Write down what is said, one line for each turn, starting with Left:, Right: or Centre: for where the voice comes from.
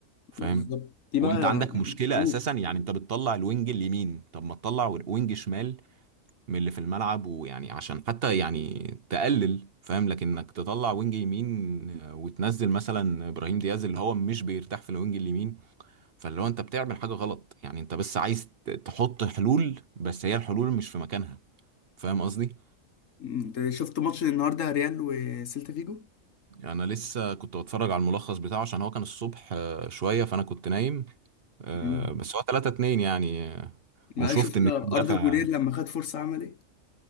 Right: فاهم
Left: ما بالظبط دي بقى
Right: وانت عندك
Left: يعني
Right: مشكله
Left: أوه.
Right: اساسا يعني انت بتطلع الوينج اليمين طب ما تطلع وينج شمال من اللي في الملعب ويعني عشان حتى يعني تقلل فاهم لكن انك تطلع وينج يمين آه، وتنزل مثلا ابراهيم دياز اللي هو مش بيرتاح في الوينج اليمين فاللي هو انت بتعمل حاجه غلط يعني انت بس عايز تحط حلول بس هي الحلول مش في مكانها فاهم قصدي
Left: انت شفت ماتش النهارده ريال وسيلتا فيجو
Right: يعني انا لسه كنت بتفرج على الملخص بتاعه عشان هو كان الصبح آه، شويه فانا كنت نايم آه،
Left: مم.
Right: بس هو 3 2 يعني آه،
Left: ما
Right: وشفت
Left: شفت
Right: ان
Left: اردا
Right: في مدافع
Left: جولير لما خد فرصه عمل ايه